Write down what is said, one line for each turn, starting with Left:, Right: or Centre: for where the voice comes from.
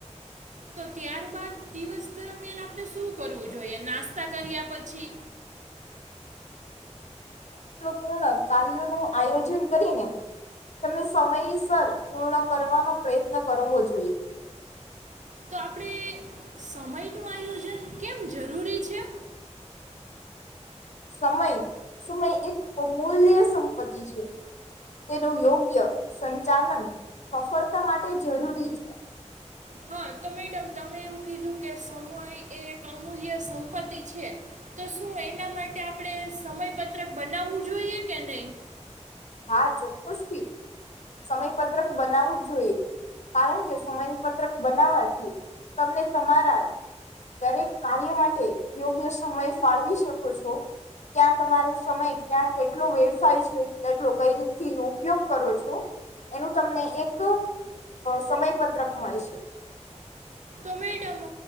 Right: તો? ત્યાર બાાદ દિવસ દરમિયાન આપણે શું? કરવું જોઈએ? નાસ્તા કર્યા પછી.
Left: પૂર્ણ કાર્યો નું આયોજન કરીને, તમે સમયસર પૂર્ણ, કરવાનો પ્રયત્ન કરવો જોઈએ.
Right: તો, આપણેે સમય નું આયોજન કેમ? જરૂરી છે.
Left: સમય સમય એક અમૂલ્ય સંપત્તિ છે, તેનું યોગ્ય સંચાલન સફળતા માટે જરૂરી છે.
Right: હા, તો મેડમ તમે એવું કીધું કે સમુય એ એક અમૂલ્ય સંપત્તિ છે તો શું? એના માટે આપણે સમયપત્રક બનાવવું જોઈએ? કે નહી.?
Left: હા ચોક્કસથી સમયપત્રક બનાવવું જ જોઈએ કારણ કે સમયપત્રક બનાવવાથી તમને તમારા દરેક કાર્ય માટે યોગ્ય સમય ફાળવી શકો છો ક્યાં તમારો સમય ક્યાં કેટલો વેડફાય છે. જેટલો કઈ રીતથી હ ઉપયોગ કરો છો? એનું તમને એક સમય પત્રક મળશે.
Right: તો, મેડમ